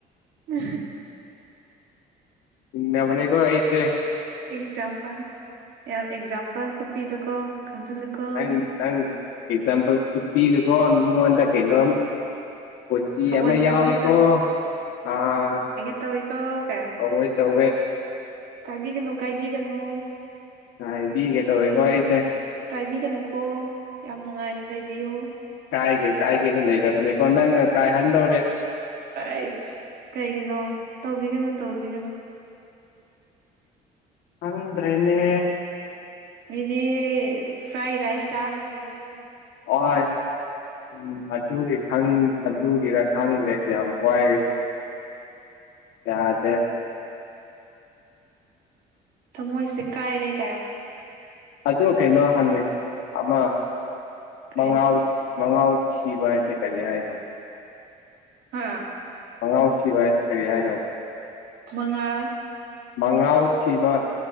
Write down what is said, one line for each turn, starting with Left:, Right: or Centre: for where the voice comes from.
Right: ꯎ
Left: ꯅꯦ ꯀꯣ ꯀꯍꯤꯁꯦ
Right: ꯑꯦꯛꯖꯥꯝꯄꯜ ꯌꯥꯝ ꯑꯦꯛꯖꯥꯝꯄꯜ ꯀꯄꯤꯗꯣꯀꯣ ꯈꯪꯖꯤꯜꯂꯀꯣ
Left: ꯅꯪ ꯅꯪ ꯑꯦꯛꯖꯥꯝꯄꯜ ꯈꯨꯠꯄꯤꯗꯨꯀꯣ ꯃꯤꯉꯣꯟꯗ ꯀꯩꯅꯣꯝ ꯀꯆꯤ
Right: ꯊꯃꯣꯏ
Left: ꯑꯃꯃ ꯌꯥꯎꯒꯦꯀꯣ
Right: ꯀꯥꯏꯒꯦ
Left: ꯑꯥ
Right: ꯇꯧ ꯏ ꯀꯧ ꯀ
Left: ꯑꯋꯣꯏ ꯇꯧꯋꯦ
Right: ꯀꯥꯏꯕꯤꯒꯅꯨ ꯀꯥꯏꯕꯤꯒꯅꯨ
Left: ꯑ ꯕꯤꯒꯦ ꯇꯧꯏ ꯀꯣꯏꯁꯦ
Right: ꯀꯥꯏꯕꯤꯒꯅꯨꯀꯣ ꯌꯥꯝ ꯅꯨꯡꯉꯥꯏꯅ ꯂꯩꯕꯤꯌꯨ
Left: ꯀꯥꯏꯒꯦ ꯀꯥꯏꯒꯦꯅ ꯂꯩꯔꯕꯅꯦꯀꯣ ꯅꯪ ꯀꯥꯏꯍꯟꯗꯧꯔꯦ
Right: ꯑꯩꯁ ꯀꯩꯒꯤꯅꯣ ꯇꯧꯕꯤꯒꯅꯨ ꯇꯧꯕꯤꯒꯅꯨ
Left: ꯍꯪꯗ꯭ꯔꯦꯅꯦ
Right: ꯑꯗꯤ ꯐ꯭ꯔꯥꯏ ꯔꯥꯏꯁ ꯇꯥꯕꯒꯤꯔꯣ
Left: ꯑꯁ ꯎꯝ ꯀꯖ ꯈꯪ ꯑꯗꯨꯒꯤꯔ ꯈꯪꯗꯦ ꯌꯥꯝ ꯋꯥꯏꯦ ꯌꯥꯗꯦ
Right: ꯃꯣꯏꯁꯦ ꯀꯥꯏꯔꯦ ꯀꯥꯏ
Left: ꯑꯗꯨ ꯀꯩꯅꯣ ꯍꯪꯉꯦ ꯑꯃ
Right: ꯀꯩꯅꯣ
Left: ꯃꯉꯥꯎ ꯃꯉꯥꯥꯎꯠ ꯁꯤꯕ ꯍꯥꯏꯁꯦ ꯀꯔꯤ ꯍꯥꯏꯅꯣ
Right: ꯍꯥꯥ
Left: ꯄꯉꯥꯎ ꯊꯤꯕ ꯍꯥꯏꯁꯦ ꯀꯔꯤ ꯍꯥꯏꯅꯣꯕ
Right: ꯃꯉꯥ
Left: ꯃꯉꯥꯎ ꯊꯕ